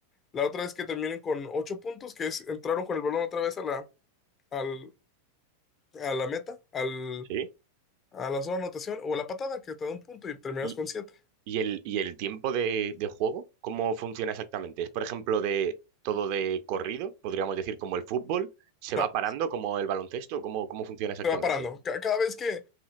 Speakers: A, on the left (about 25°); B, on the right (about 45°).
A: La otra es que terminen con ocho puntos, que es entraron con el balón otra vez a la, al, a la meta, al,
B: Sí.
A: a la zona de anotación o a la patada, que te da un punto y terminas
B: ¿Y,
A: con siete.
B: y el, y el tiempo de, de juego? ¿Cómo funciona exactamente? ¿Es, por ejemplo, de todo de corrido? Podríamos decir como el fútbol, ¿se va
A: No,
B: parando como el baloncesto? ¿Cómo, cómo funciona exactamente?
A: te va parando. Cada vez que